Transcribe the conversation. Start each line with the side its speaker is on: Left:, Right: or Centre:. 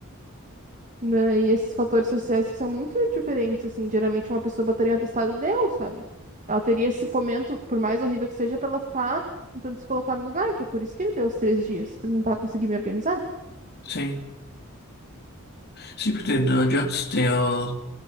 Right: Né, E esses fatores sociais que são muito diferentes, assim, geralmente uma pessoa botaria um atestado e deu, sabe? Ela teria esse momento, por mais horrível que seja, pra ela ficar tentando se colocar no lugar, que é por isso que ele deu os três dias, pra tentar conseguir me organizar.
Left: sim. Sim, porque não adianta você ter, o-